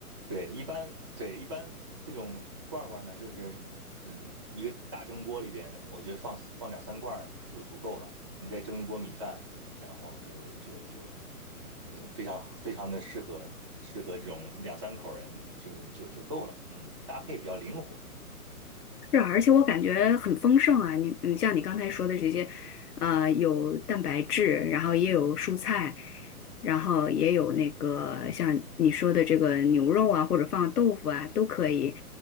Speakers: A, on the right; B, on the left.
A: 对，一般对一般这种罐儿罐儿呢，就是嗯，一个大蒸锅里边，我觉得放放两三罐儿就足够了。你再蒸一锅米饭，然后就就就，嗯，非常非常的适合适合这种两三口人就就就够了。嗯，搭配比较灵活。
B: 是啊，而且我感觉很丰盛啊！你你像你刚才说的这些，呃，有蛋白质，然后也有蔬菜，然后也有那个像你说的这个牛肉啊，或者放豆腐啊，都可以。